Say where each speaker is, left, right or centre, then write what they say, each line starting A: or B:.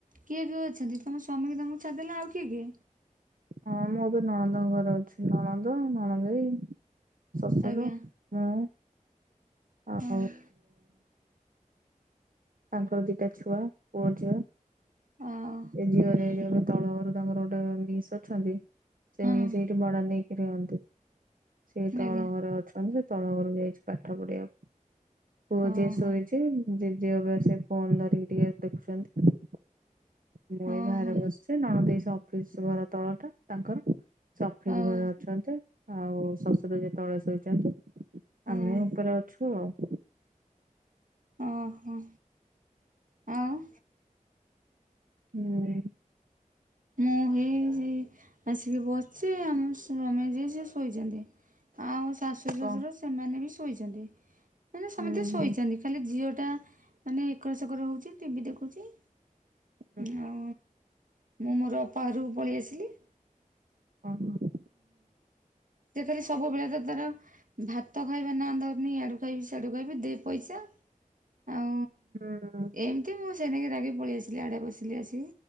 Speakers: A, on the right (about 70°); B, on the right (about 80°).
A: କିଏ କିଏ ଅଛନ୍ତି ତମ ସ୍ୱାମୀ କି ତମକୁ ଛାଡ଼ିଦେଲେ ଆଉ କିଏ କିଏ?
B: ହଁ ମୁଁ ଏବେ ନଣନ୍ଦଙ୍କ ଘରେ ଅଛି ନଣନ୍ଦ ନଣନ୍ଦେଇ ଶଶୁର।
A: ଆଜ୍ଞା
B: ହୁଁ ଆଉ
A: ହଁ
B: ତାଙ୍କର ଦିଟା ଛୁଆ ପୁଅ ଝିଅ
A: ଆଉ
B: ଏ ଝିଅରେ ତଳ ଘରୁ ତାଙ୍କର ଗୋଟେ ମିସ୍ ଅଛନ୍ତି ସେ
A: ହଁ
B: ମିସ୍ ଏଇଠି ଭଡ଼ା ନେଇକି ରୁହନ୍ତି। ସେଇ ତଳ
A: ଆଜ୍ଞା
B: ଘରେ ଅଛନ୍ତି ସେ ତଳ ଘରକୁ ଯାଇଛି ପାଠ ପଢ଼ିବାକୁ। ପୁଅ
A: ଓହୋ।
B: ଯିଏ ଶୋଇଛି ଜେଜେବାପା ସେ ଫୋନ ଧରିକି ଟିକେ ଦେଖୁଛନ୍ତି। ମୁଁ
A: ଓହୋ
B: ଏଇ ବାହାରେ ବସିଛି ନଣଦେଇ ଅଫିସ ଘର ତଳ ଟା ତାଙ୍କର। ସେ ଅଫିସ୍
A: ଆଉ
B: ଘରେ ଅଛନ୍ତି ଆଉ ଶଶୁର ଯେ ତଳେ ଶୋଇଛନ୍ତି।
A: ହୁଁ
B: ଆମେ ହେକରେ ଅଛୁ ଆଉ।
A: ଓଃ ହୋ ଆଉ।
B: ହୁଁ।
A: ମୁଁ ହେଇଛି ଆସିକି ବସିଛି ଆମ ସ୍ୱାମୀ ଯିଏ ସିଏ ଶୋଇଛନ୍ତି। ଆଉ ଶାଶୁ ଶଶୁର
B: କଣ
A: ସେମାନେ ବି ଶୋଇଛନ୍ତି ମାନେ ସମସ୍ତେ
B: ହୁଁ
A: ଶୋଇଛନ୍ତି।
B: ହୁଁ
A: ଖାଲି ଝିଅ ଟା ମାନେ ଏକରସେକର ହଉଛି ଟିଭି ଦେଖୁଛି
B: ହୁଁ
A: ହଁ। ମୁଁ ମୋର ଅପା ଘରକୁ ପଳେଇ ଆସିଲି।
B: ଓଃ ହୋ।
A: ସେଥିରେ ସବୁବେଳେ ତ ତାର ଭାତ ଖାଇବା ନାଁ ଧରୁନି ଇଆଡ଼ୁ। ଖାଇବି ସିଆଡ଼ୁ ଖାଇବି ଦେ ପଇସା ଆଉ।
B: ହୁଁ।
A: ଏମିତି ମୁଁ ସେଇନାକି ରାଗି ପଳେଇ ଆସିଲି ଇଆଡ଼େ ବସିଲି ଆସିକି